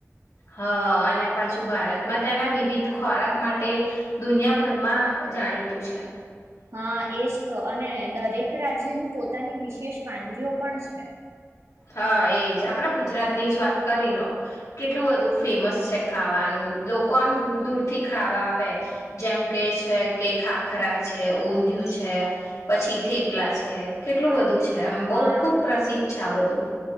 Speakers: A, on the left (about 75°); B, on the right (about 60°).
A: હ અને પાછું ભારતમાં તેના વિવિધ ખોરાક માટે દુનિયાભરમાં જાણીતું છે.
B: હા એજ તો અને દરેક રાજ્યની પોતાની વિશેષ વાનગીઓ પણ છે.
A: હા એજ આપડા ગુજરાતની જ વાત કરી લો કેટલું બધું ફેમસ છે ખાવાનું લોકો આમ દૂર દૂરથી ખાવા આવે જેમ કે છે કે ખાખરા છે ઊંધિયું છે પછી થેપલા છે કેટલું બધું છે. એમ બહુ
B: હા
A: ખુબ પ્રસિદ્ધ છે. આ બધું